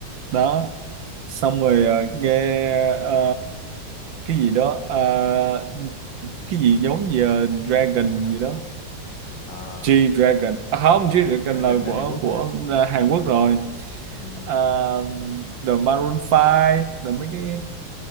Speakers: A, on the right; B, on the left.
A: đó xong rồi ờ, nghe ờ, cái gì đó ờ, cái gì giống gì ờ, Dragon gì đó
B: à,
A: G Dragon à, không G Dragon
B: gần
A: là
B: là
A: của
B: Hàn Quốc
A: của
B: hả?
A: là Hàn Quốc rồi
B: Ừ.
A: Ờ,
B: ừ.
A: The Maroon 5 là mấy cái